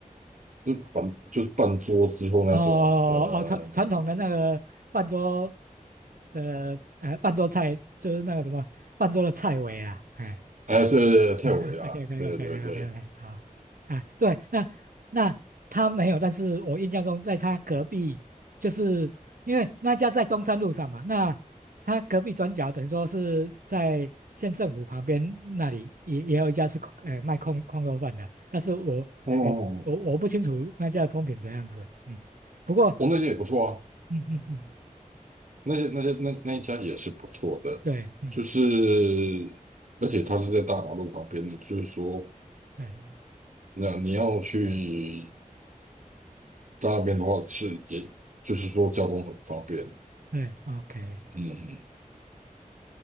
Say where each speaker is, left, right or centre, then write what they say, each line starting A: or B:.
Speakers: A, on the right (about 60°); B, on the right (about 85°).
A: 就半就是半桌之后那种，
B: 哦哦，
A: 呃，
B: 传传统的那个半桌的呃半桌菜，就是那个什么半桌的菜尾啊，哎。
A: 哎，对对对，蔡伟啦，
B: 哎，OK，OK，OK，OK，OK，
A: 对对对，
B: 好啊，对，那那他没有，但是我印象中在他隔壁，就是因为那家在中山路上嘛，那他隔壁转角等于说是在县政府旁边那里也也有一家是空呃卖空空肉饭的，但是我我我我不清楚那家的风评怎样子，
A: 哦，
B: 嗯，不过
A: 我那家也不错啊，
B: 嗯嗯嗯，
A: 那些那些那那一家也是不错的，
B: 对，嗯
A: 就是而且他是在大马路旁边的，就是说，
B: 对
A: 那你要去到那边的话是，也就是说交通很方便，
B: 对，OK，
A: 嗯，